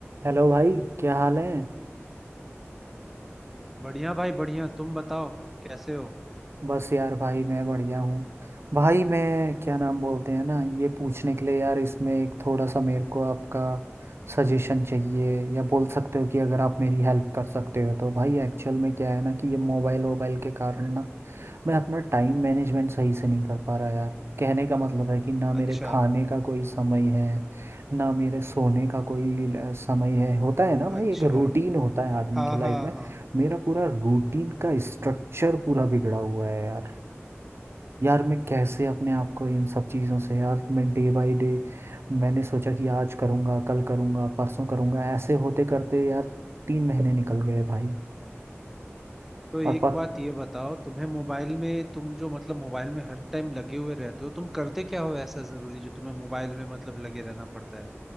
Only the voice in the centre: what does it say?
बढ़िया भाई बढ़िया तुम बताओ कैसे हो
अच्छा
अच्छा
हाँ
हाँ
हाँ
तो एक
बात ये बताओ तुम्हें मोबाइल में तुम जो मतलब मोबाइल में हर टाइम लगे हुए रहते हो तुम करते क्या हो ऐसा जरूरी जो तुम्हें मोबाइल में मतलब लगे रहना पड़ता है